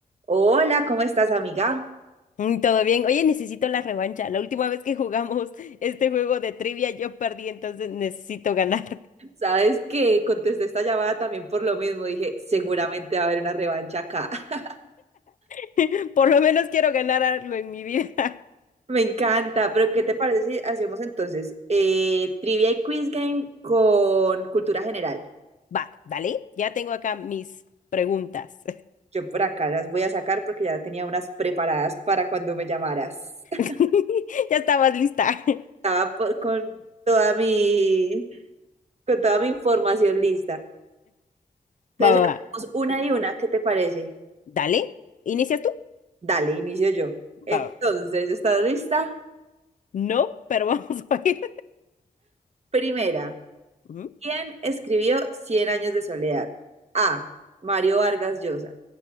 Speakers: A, on the right; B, on the left.
A: Hola, ¿cómo estás, amiga?
B: Mm, Todo bien. Oye, necesito la revancha. La última vez que jugamos <laughs> este juego de trivia yo perdí, entonces necesito ganar.
A: Sabes que contesté esta llamada también por lo mismo. Dije, seguramente va a haber una revancha acá. <laughs>
B: <laughs> Por lo menos quiero ganar algo en mi vida.
A: Me encanta, pero ¿qué
B: <laughs>
A: te parece si hacemos entonces eh, trivia y quiz game con cultura general?
B: Va, dale. Ya tengo acá mis preguntas.
A: Yo por acá las voy a sacar porque ya tenía unas preparadas para cuando me llamaras. <laughs>
B: <laughs> Ya estabas lista. <laughs>
A: Estaba por- con toda mi, con toda mi información lista. Entonces,
B: Va, va, va.
A: hacemos una y una, ¿qué te parece?
B: Dale. ¿Inicias tú?
A: Dale, inicio yo. Entonces,
B: Va, va.
A: ¿estás lista?
B: No, pero vamos <laughs> a ir.
A: Primera.
B: Ujú,
A: ¿Quién escribió Cien años de soledad? A. Mario Vargas Llosa.